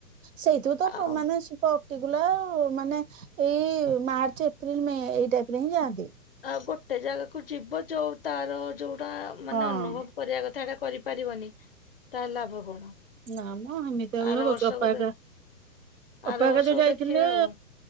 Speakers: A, on the right (about 55°); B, on the left (about 40°).
A: ସେଇଥିରୁତ
B: ଆଉ
A: ମାନେ କଟିଗୁଲା ମାନେ ଏଇ ମାର୍ଚ୍ଚ ଏପ୍ରିଲ ମେ ଏଇ ଟାଇମରେ ହିଁ ଯାଆନ୍ତି।
B: ଆ ଗୋଟେ ଜାଗାକୁ ଯିବ ଯୋଉ ତାର ଯୋଉ ତା ମାନେ
A: ହଁ
B: ଅନୁଭବ କରିବା କଥାଟା କରି ପାରିବନି ତାହାଲେ ଲାଭ କଣ।
A: ନାମ ହେମିତିଆଉ ବି
B: ଆର
A: ହବ
B: ବର୍ଷକୁ
A: କି ଅପା ହେକା
B: ଦେ
A: ଅପା
B: ଆର
A: ହେକା
B: ବର୍ଷକୁ
A: ଯୋଉ ଯାଇଥିଲେ।
B: ଦେଖିବା ଆଉ।